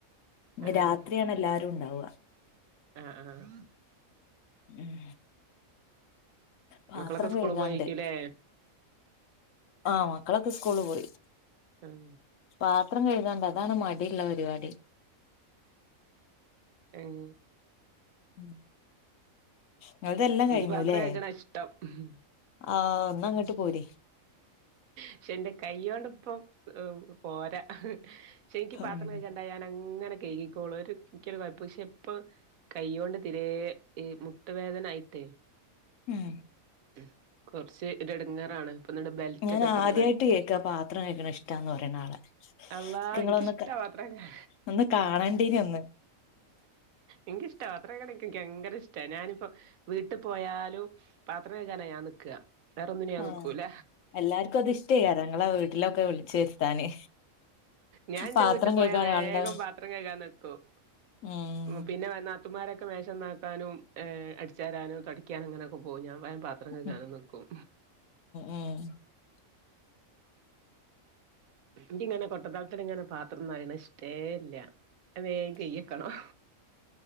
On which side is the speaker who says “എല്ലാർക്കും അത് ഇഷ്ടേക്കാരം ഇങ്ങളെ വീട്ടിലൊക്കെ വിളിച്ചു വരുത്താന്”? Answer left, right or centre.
Left